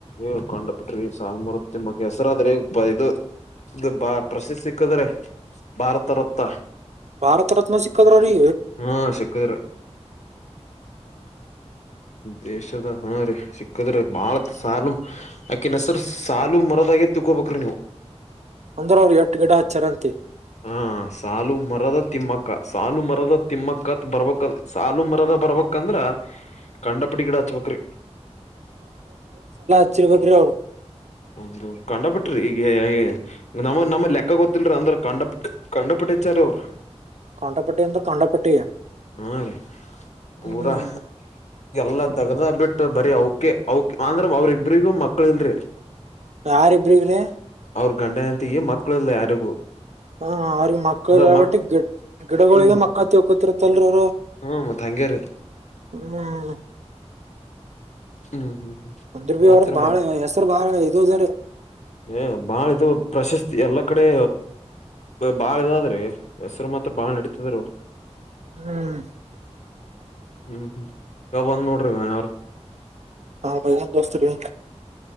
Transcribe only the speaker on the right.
ಭಾರತ ರತ್ನ ಸಿಕ್ಕದ್ರ್ರೀ.
ಅಂದ್ರ ಅವ್ರು ಎಟ್ು ಗಂಡ ಹಚ್ಚರಂತೆ.
ಅಚ್ಚಿ ಇರ್ಬೇಕು ರೀ ಅವ್ರು.
ಕಾಂಟಾಪಟ್ಟಿ ಅಂದ್ರ ಕಾಂಟಾಪಟ್ಟಿ
ಹ್ಮ್
ಯಾರಿಬ್ರಗ್ರಿ.
ಹ ಅವ್ರಿಗೆ ಮಕ್ಕಳ
ಬಟ್ಟಿ ಗಿ ಗಿಡಗಳಿಗೆ
ಮಕ್ಕ ತಕೊತಿಿತ್ತಲ್ರ ಅವ್ರು.
ಹ್ಮ್
ಅಂದ್ರ ಬಿ
ಅವ್ರದ ಬಾಳ ಹೆಸರು ಬಾಳ ಇದುದ್ರ.
ಹ್ಮ್.
ಹಾ ಭೈದಾನ ಬೆಸ್ಟು ರೀ.